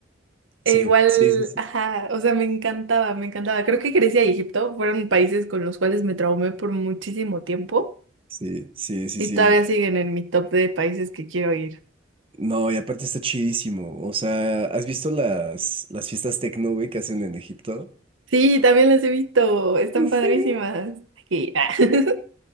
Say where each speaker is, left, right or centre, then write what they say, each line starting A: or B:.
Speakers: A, on the right; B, on the right.
A: Sí,
B: E igual,
A: sí, sí, sí.
B: ajá, o sea, me encantaba, me encantaba. Creo que Grecia y Egipto fueron países con los cuales me traumé por muchísimo tiempo.
A: Sí, sí, sí,
B: Y
A: sí.
B: todavía siguen en mi top de países que quiero ir.
A: No, y aparte está chidísimo. O sea, ¿has visto las, las fiestas tecno, güey, que hacen en Egipto?
B: Sí, también las he visto. Están
A: <laughs>
B: padrísimas. Aquí. <laughs> ah.